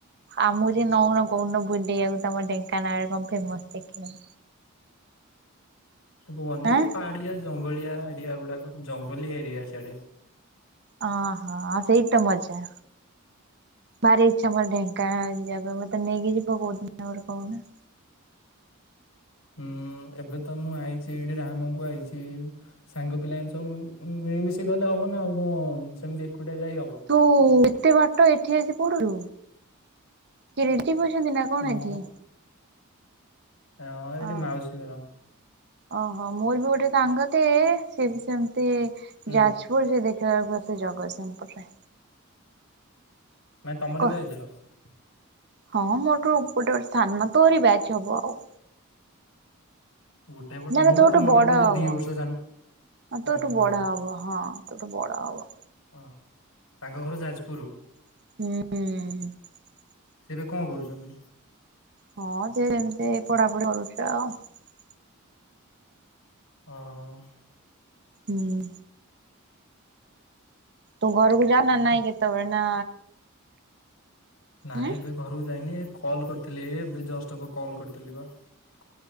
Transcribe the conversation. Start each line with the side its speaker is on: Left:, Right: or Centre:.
Right: ଆମକୁ ଜେ ନଉଣ କୋଉଦିନ ବୁଲେଇବାକୁ ତମ ଢେଙ୍କାନାଳରେ କଣ ଫେମସ ଦେଖିବା।
Left: କୁହନି
Right: ଆଁ
Left: ସେ ପାହାଡିଆ ଜ ଙ୍ଗଳିଆ ଏରିଆ ଗୁଡ଼ାକ ଜଙ୍ଗଲିଆ ଏରିଆ ସିଆଡ଼େ ।
Right: ଅ ହଁ ଆଉ ସେଇତ ମଜା। ଭାରି ଇଚ୍ଛା ମୋର ଢେଙ୍କାନାଳ ଯିବା ପାଇଁ, ମତେ ନେଇକି ଯିବ କୋଉଦିନ ଗୋଟେ କହୁନ?
Left: ହୁଁ ଏବେ ତ ମୁଁ ଆଇଛି ଏଇଠି ରାହାମକୁ ଆଇଛି ସାଙ୍ଗ ପିଲା ଏମିତି ସବୁ ମିଳିମଶି ଗଲେ ହବ ନା ଆଉ କଣ ସେମିତି ଏକୁଟିଆ ଯାଇ ହବ।
Right: ତୁ ଏତେ ବାଟ ଏଠି ଆସି ପଢ଼ୁଲୁ, କିଏ ରିଲେ ଟିଭ୍ ଅଛନ୍ତି ନା କଣ
Left: ହଁ।
Right: ଏଠି,
Left: ହଁ ଏଇଠି
Right: ଅହ।
Left: ମାଉସୀ ଘର
Right: ଓହୋ ମୋର ବି ଗୋଟେ ସାଙ୍ଗଟେ ସେଏ ବି ସେମତି ସେ
Left: ହୁଁ
Right: ଯାଜପୁର, ସେ ଦେଖିଲା ବେଳକୁ ଆସି ଜଗତସିଂହପୁରରେ।
Left: ନାଇ ତମରି
Right: କ
Left: ବ୍ୟାଚର ।
Right: ହଁ ମୋଠୁ ଗୋଟେ ଗୋଟେ ସାନ ତୋରି ବ୍ୟାଚ୍ ହବ ଆଉ।
Left: ଗୋଟେ ବର୍ଷ
Right: ନା
Left: ମୁଁ
Right: ନା
Left: ବା
Right: ତୋଠୁ
Left: ତମଠାରୁ
Right: ବଡ଼
Left: ବୋଧେ
Right: ହବ
Left: ଦି ବର୍ଷ ସାନ ହଁ
Right: ତୋଠୁ ବଡ଼ ହବ ହଁ। ତୋ ଠୁ ବଡ଼ ହବ।
Left: ହଁ ତାଙ୍କ ଘର ଯାଜପୁର ।
Right: ହୁଁ।
Left: ସେ ଏବେ କଣ କରୁଛନ୍ତି?
Right: ହଁ ସେ ଏମତି ପଢାପଢି କରୁଛି ଆଉ ।
Left: ଓ ହୋ।
Right: ହୁଁ। ତୁ ଘରକୁ ଯାଉ ନା ନାଇଁ କେତେବେଳେ ନା
Left: ନାଇଁ
Right: ଉଁ
Left: ଏବେ ଘରକୁ ଯାଇନି କଲ କରିଥିଲି ଏବେ ଜଷ୍ଟ ହବ କଲ କରିଥିଲି ବା ।